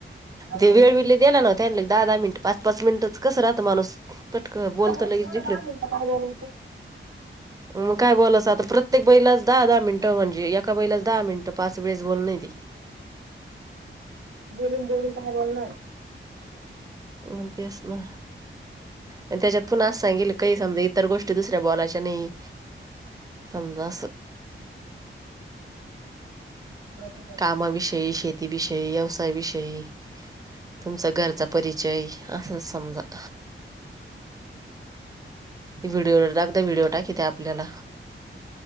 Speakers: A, on the right; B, on the right.
A: अरे,
B: ते वेळ विले दिला नव्हत लग दहा दहा मिनिट पाच पाच मिनिटच कसं राहतं माणूस तटक
A: एवढं
B: बोलत लगेच जिकले.
A: दहा मिनिटं काय बोलायचं
B: मग काय बोस आता प्रत्येक बैलाच दहा दहा मिनिटं म्हणजे एका बैलाच दहा मिनटं पाच वेळेस बोल. <unintelligible>
A: बोलून बोलून काय बोलणार.
B: म तेच ना. आणि त्याच्यात पुण असज सांगेल काही समजा इतर गोष्टी दुसऱ्या बोलायच्या नाही. संतोस
A: द्यायचं करून.
B: कामाविषयी शेती विषयी व्यवसाय विषयी तुमचा घरचा परिचय. असं समजा व्हिडिओा व्हिडिओ टाकीत आपल्याला